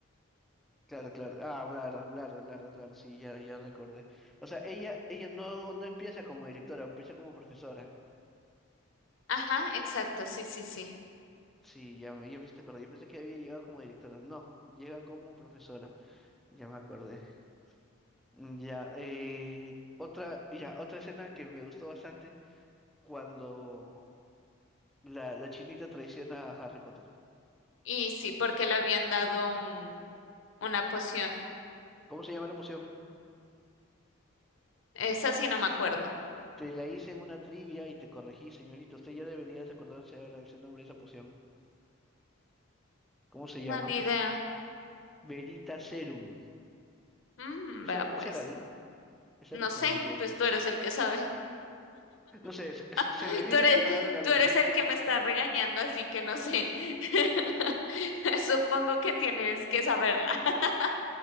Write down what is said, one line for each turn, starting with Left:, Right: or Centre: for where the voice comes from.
Centre: claro, claro. Ah, claro, claro, claro, claro, sí, ya, ya recordé. O sea, ella, ella no, no empieza como directora, empieza como profesora.
Left: Ajá, exacto, sí, sí, sí.
Centre: Sí, ya, me- ya me hiciste acordar. Yo pensé que había llegado como directora. No, llega como profesora. Ya me acordé. Mm, Ya, eh, otra, ya, otra escena que me gustó bastante cuando la, la chinita traiciona a Harry Potter.
Left: Y sí, porque le habían dado un, una poción.
Centre: ¿Cómo se llama la poción?
Left: Esa sí no me acuerdo.
Centre: Te la hice en una trivia y te corregí, señorita. Usted ya debería acordarse ahora ese nombre de esa poción. ¿Cómo se
Left: No,
Centre: llama?
Left: ni idea.
Centre: Verita Serum.
Left: Mm,
Centre: Ese,
Left: vea
Centre: era-
Left: pues.
Centre: ese era, ¿no? ¿Ese
Left: No
Centre: era?
Left: sé,
Centre: No, me equivoco.
Left: pues tú eres el que sabe.
Centre: No sé, es- es- se
Left: <laughs>
Centre: me vino
Left: Tú eres,
Centre: esa palabra a la
Left: tú
Centre: mente.
Left: eres el que me está regañando, así que no sé. <laughs>
Centre: <laughs>
Left: Supongo que tienes que saberla. <laughs>